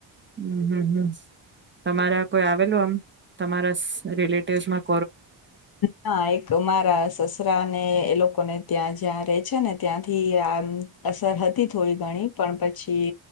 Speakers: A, on the right; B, on the left.
A: હમ્મ, હમ્મ, હમ્મ, તમારા કોઈ આવેલું આમ તમારા સ રિલેટિવમાં
B: ના એક મારા સસરા ને એ લોકોને ત્યાં જ્યાં રે છે ને ત્યાંથી આમ અસર હતી થોડી ઘણી, પણ પછી